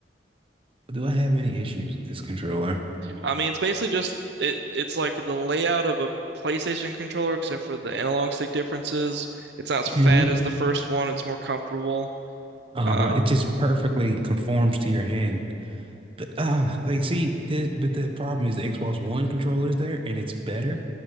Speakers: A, on the right; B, on the right.
A: do I have any issues with this controller?
B: I mean, it's basically just it. It's like the layout of a PlayStation controller, except for the analog stick differences. It's not as fat
A: hmm
B: as the first one. It's more comfortable.
A: Uh-huh.
B: Uh,
A: It just perfectly conforms to your hand. But uh, like, see, this, but the problem is the Xbox One controller is there, and it's better.